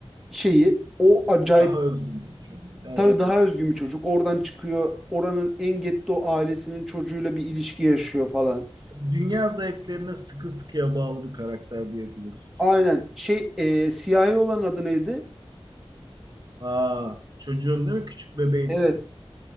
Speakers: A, in the centre; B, on the right (about 40°).
A: şeyi. O acayip
B: Daha özgürlükçü. Evet.
A: Tabii daha özgün bir çocuk. Oradan çıkıyor. Oranın en getto ailesinin çocuğuyla bir ilişki yaşıyor falan.
B: Dünya zevklerine sıkı sıkıya bağlı bir karakter diyebiliriz.
A: Aynen. Şey e, siyahi olan adı neydi?
B: Aa, çocuğun değil mi? Küçük bebeğin.
A: Evet.